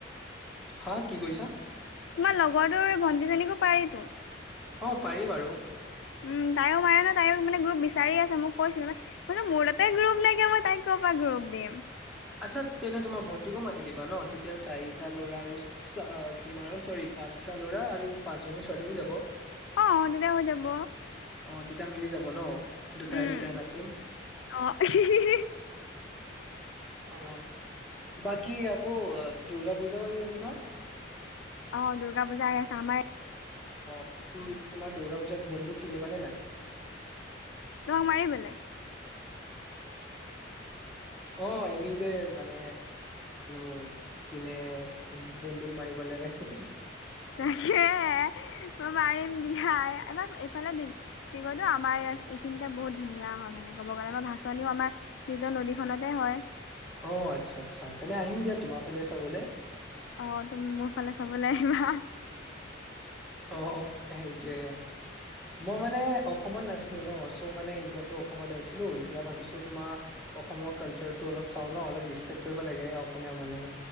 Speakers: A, in the centre; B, on the left.
A: হা কি কৈছা?
B: তোমাৰ লগৰটোৰ ভন্টিজনীকো পাৰিটো।
A: অ', পাৰি বাৰু।
B: উম, তাইও মাৰে নহয়, তাইও মানে গ্ৰুপ বিচাৰিয়ে আছে। মোক কৈছিলে মানে। মই কৈছোঁ মোৰ তাতে গ্ৰপ নাইকিয়া, মই তাইক ক'ৰ পা গ্ৰুপ দিম?
A: আচ্ছা, তেন্তে তোমাৰ ভন্টিকো মাতি দিবা ন? তেতিয়া চাৰিটা ল'ৰা আৰু চা তোমাৰ অ' চৰি। পাঁচটা ল'ৰা আৰু পাঁচ জনী ছোৱালী হৈ যাব।
B: অ', তেতিয়া হৈ যাব।
A: অ', তেতিয়া মিলি যাব ন? দুটাই
B: উম
A: দুটাই নাচিম।
B: অ'।
A: অ', বাকী আকৌ এ, দুৰ্গা পূজাও আহি আছে নহয়?
B: অ', দুৰ্গা পূজা আহি আছে। আমাৰ
A: অ',
B: ভাল
A: কি
B: হয়
A: তোমাৰ দুৰ্গা পূজাত বন্দুক কিনিবানে নাই?
B: তোমাক মাৰিবলে?
A: অঁ এনেই যে- মানে মানুহ কিনে বন্দুক মাৰিবলে এহহ-
B: তাকে, মই মাৰিম দিয়া। এবাৰ এইফালে দি- কি কয় নো আমাৰ ইয়াত এইখিনিতে বহুত ধুনীয়া হয় মানে ক'ব গ'লে আমাৰ ভাচনিও আমাৰ- নিজৰ নদীখনতে হয়ঁ।
A: অঁ আচ্ছা, আচ্ছা। তেনে আহিম দিয়া তোমাৰ ফালে চাবলে।
B: অঁ তুম মোৰ ফালে চাবলে আহিবা।
A: অ'হ সেইটোৱে। মই মানে অসমত নাছিলোঁ ন। চৌ মানে এতিয়াতো অসমত আহিছিলো এতিয়া ভাবিছোঁ তোমাক- অসমৰ কালছাটো অলপ চাওঁ ন অলপ ৰিচপেক্ট কৰিব লাগে অসমীয়া মানুহ।